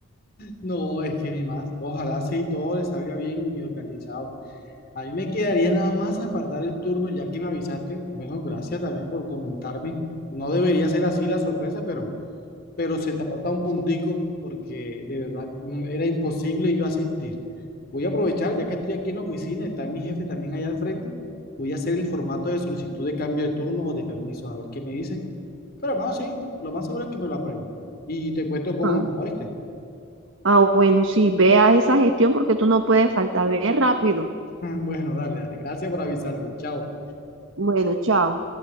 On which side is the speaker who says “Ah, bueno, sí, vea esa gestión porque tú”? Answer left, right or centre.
Right